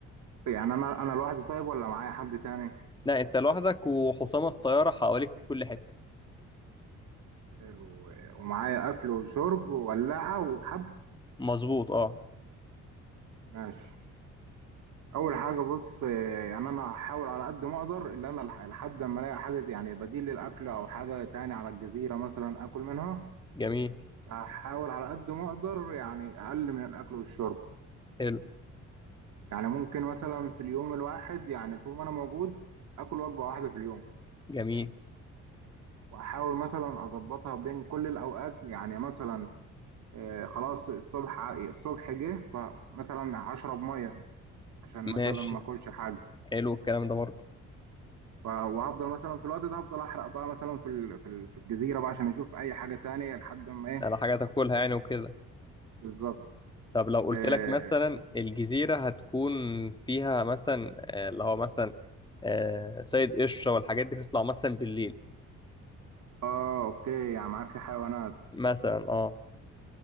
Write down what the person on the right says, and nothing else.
يعني انا انا لوحدي طيب ولا معايا حد تاني
حلو ومعايا اكل وشرب وولعة وحبل
ماشي اول حاجه بص آه، يعني انا هحاول على قد ما اقدر اللي انا لح- لحد ما الاقي حاجه يعني بديل للاكل او حاجه تاني على الجزيره مثلا اكل منها
هحاول على قد ما اقدر يعني اقل من الاكل والشرب
يعني ممكن مثلا في اليوم الواحد يعني طول ما انا موجود اكل وجبه واحده في اليوم
واحاول مثلا اظبطها بين كل الاوقات يعني مثلا آه، خلاص الصبح الصبح جه فمثلا هشرب ميه عشان مثلا
ما اكلش حاجه
ف- وهفضل مثلا في الوقت ده هفضل احرق بقى مثلا في ال- في ال- في الجزيره بقى عشان اشوف اي حاجه تانية لحد ما ايه
بالظبط
اه,
آه اوكي يعني معاه في حيوانات